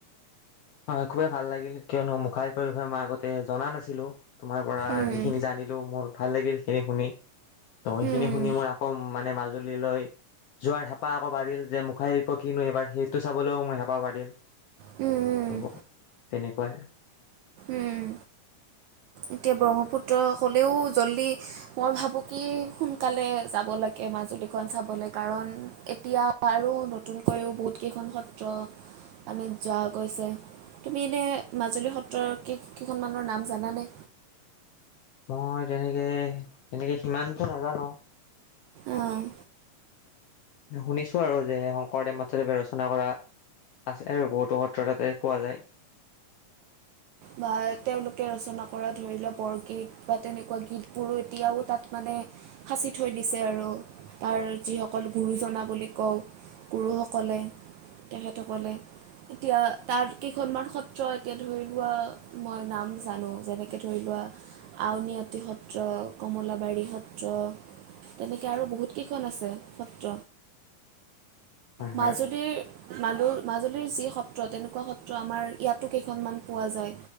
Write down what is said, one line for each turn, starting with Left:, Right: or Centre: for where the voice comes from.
Left: হয় খুবেই ভাল লাগিল কিয়নো মুখাইপৰ বিষয়ে মই আগতে জনা নাছিলো। তোমাৰ পৰা
Right: উম,
Left: যিখিনি জানিলো মোৰ ভাল লাগিল। এনে শুনি ত সেইখিনি
Right: উম,
Left: শুনি মোৰ আকৌ মানে মাজ ল লৈ যোৱাৰ হেঁপাহ আকৌ বাঢ়িল যে মুখাই্প কিনো এইবাৰ সেইটো চাবলৈও মোৰ হেঁপাহ বাঢ়িল
Right: উম উম,
Left: ত' তেনেকুৱাই
Right: উম এতিয়া ব্ৰহ্মপুত্ৰ হলেও জল্দি মই ভাবো কি সোনকালে যাব লাগে মাজুলীখন চাবলৈ কাৰণ এতিয়া আৰু নতুনকৈও বহুত কেইখন সত্ৰ মানী যোৱা গৈছে তুমি এনে মাজুলী সত্ৰ কেইখন মানৰ নাম জানানে
Left: মই তেনেকে তেনেকে সিমানকো নাজানো
Right: অ'।
Left: শুনিছো আৰু যে শংকৰদেৱ মাচাদেৱে ৰচনা কৰা আছে আৰু বহুতো সত্ৰ তাতে পোৱা যায়।
Right: বা তেওঁলোকে ৰচনা কৰা ধৰি লোৱা বৰগীত বা তেনেকুৱা গীত বোৰো এতিয়াও তাত মানে সাঁচি থৈ দিছে আৰু তাৰ যিসকল গুৰুজনা বুলি কওঁ গুৰুসকলে তেখেতসকলে এতিয়া তাৰ কেইখনমান সত্ৰ এতিয়া ধৰি মই নাম জানো যেনেকে ধৰি লোৱা আউনীআটী সত্ৰ, কমলাবাৰী সত্ৰ তেনেকে আৰু বহুত কেইখন আছে সত্ৰ।
Left: হয় হয়
Right: মাজুলীৰ মাজুল মাজুলীৰ যি সত্ৰ তেনেকুৱা সত্ৰ আমাৰ ইয়াতো কেইখনমান পোৱা যায়